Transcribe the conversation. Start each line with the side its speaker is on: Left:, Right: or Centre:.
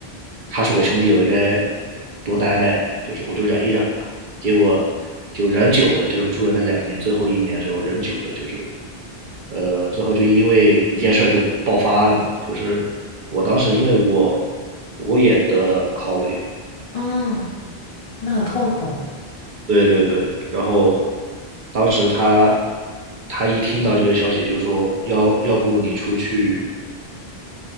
Right: 他是我兄弟，我应该多担待，就是我就忍一忍吧。结果就人久了，就是住了那两年，最后一年的时候人久了，就是呃，最后就因为一件事就爆发了嘛，就是我当时因为我我也得了 COVID，
Left: 嗯，那很痛苦，
Right: 对对对，然后当时他他一听到这个消息就说要要不你出去